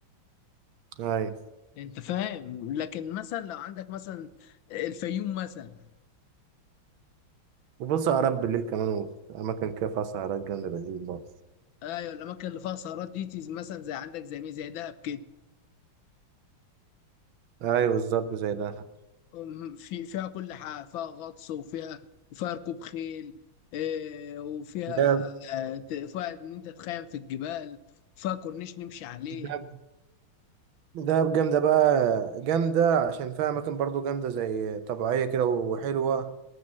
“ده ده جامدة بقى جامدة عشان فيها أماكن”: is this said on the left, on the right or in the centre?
Right